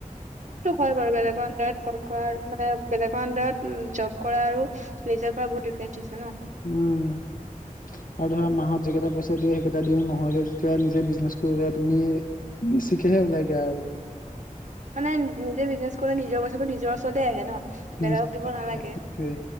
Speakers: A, on the right (about 60°); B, on the left (about 80°).
A: সেইটো হয় বাৰু, বেলেগৰ অন্দাৰত কাম কৰা, মানে বেলেগৰ আন্দাৰত জব কৰা আৰু নিজে কৰা বহুত ডিফাৰেঞ্চ আছে ন।
B: উম। আৰু ধৰা, মাহত যিকেইটা পইচা দিয়ে সেইকেইটা দিও নহয়গে যেতিয়া, নিজে বিজনেচ কৰিলে তুমি বেছিকেহে ওলাইগে আৰু।
A: মানে, নিজে বিজনেছ কৰিলে, নিজৰ পইচাটো নিজৰ ওচৰতে আহে ন। বেলেগক
B: নিজৰ
A: দিব
B: হাততে
A: নালাগে
B: আহে, সেইটোৱে।